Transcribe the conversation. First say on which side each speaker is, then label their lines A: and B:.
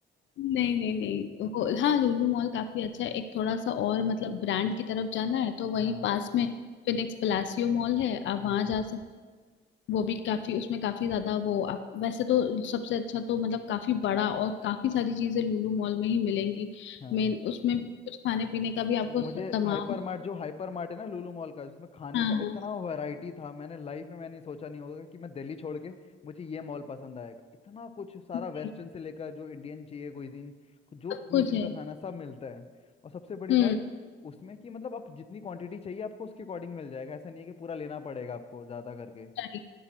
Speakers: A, on the left; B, on the left.
A: नहीं नहीं नहीं वो हाँ लुलु मॉल काफी अच्छा है एक थोड़ा सा और मतलब ब्रांड की तरफ जाना है तो वहीं
B: हाँ
A: पास में फिनिक्स पलासियो मॉल है आप
B: अच्छा
A: वहां जा वो भी काफी उसमें काफी ज्यादा वो आप वैसे तो सबसे अच्छा तो मतलब काफी बड़ा और काफी सारी चीजें लुलु मॉल में ही मिलेंगी
B: हाँ
A: मेन उसमें कुछ खाने पीने का भी आपको
B: मुझे
A: तमाम
B: हाइपर मार्ट जो हाइपर मार्ट है ना लुलु मॉल का इसमें खाने
A: हाँ
B: का इतना वैरायटी था मैंने लाइफ में मैंने सोचा नहीं होगा कि मैं दिल्ली छोड़ के मुझे ये मॉल पसंद आएगा इतना कुछ सारा
A: जी,
B: वेस्टर्न से लेकर जो इंडियन चाहिए क्विजीन जो
A: सब
B: क्विजीन
A: कुछ है
B: का खाना सब मिलता है और सबसे बड़ी
A: हम्म
B: बात उसमें कि मतलब आप जितनी क्वांटिटी चाहिए आपको उसके अकॉर्डिंग मिल जाएगा ऐसा नहीं है कि पूरा लेना पड़ेगा आपको ज़्यादा करके
A: Right